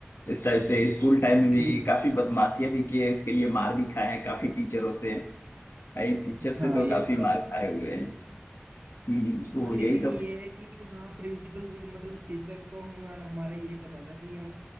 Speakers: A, on the left; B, on the right.
A: इस टाइप से स्कूल टाइम में भी
B: बिल-
A: काफी बदमाशियां भी किए उसके लिए मार भी खाए हैं काफी टीचरों से भाई टीचर से
B: हाँ
A: तो
B: ये
A: काफी
B: तो है।
A: मार खाए हुए हैं हम्म, तो
B: हाँ लेकिन
A: यही सब
B: ये है कि हाँ प्रिंसिपल मतलब टीचर को हमारा हमारा ये पता था कि हम